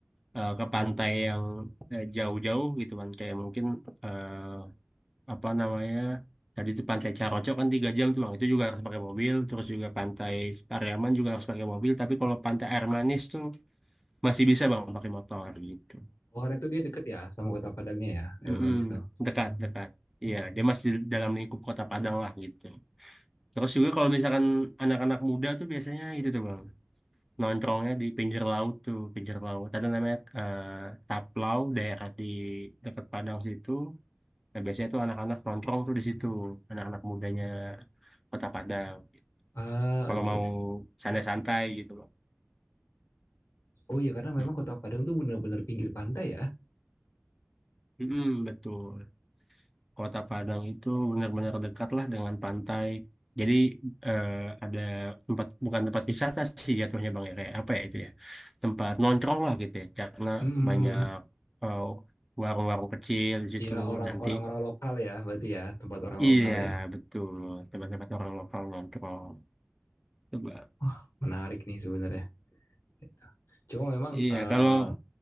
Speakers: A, in the centre; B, on the left.
A: eh, ke pantai yang eh, jauh-jauh gitu kan, kayak mungkin eh, apa namanya tadi itu Pantai Caroco kan tiga jam tuh bang, itu juga harus pakai mobil. Terus juga Pantai Pariaman juga harus pakai mobil. Tapi kalau Pantai Air Manis tuh masih bisa bang pakai motor gitu.
B: Oh, karena itu dia deket ya sama kota Padangnya ya, air
A: Mm-mm,
B: manis tuh.
A: dekat, dekat. Iya, dia masih di dalam lingkup Kota Padang lah gitu. Terus juga kalau misalkan anak-anak muda tuh biasanya itu tuh bang, nongkrongnya di pinggir laut tuh, pinggir laut. Ada namanya eh, Taplau, daerah di dekat Padang situ. Nah, biasanya tuh anak-anak nongkrong tuh di situ, anak-anak mudanya Kota Padang.
B: Ah,
A: Kalau
B: oke.
A: mau
B: Okay.
A: santai-santai gitu bang.
B: Oh iya karena
A: Mm-mm.
B: memang kota Padang tuh benar-benar pinggir pantai ya.
A: Mm-mm, betul. Kota Padang itu benar-benar dekat lah dengan pantai. Jadi eh, ada tempat bukan tempat wisata sih jatuhnya Bang ya kayak apa ya itu ya tempat nongkrong lah gitu ya karena
B: Hmm.
A: banyak eh, warung-warung kecil di situ
B: Ya orang-orang
A: nanti
B: orang lokal ya berarti ya, tempat orang
A: iya
B: lokal ya.
A: betul tempat-tempat orang lokal nongkrong coba
B: Wah, menarik nih sebenarnya. Gitu. Cuma memang
A: iya
B: eh,
A: kalau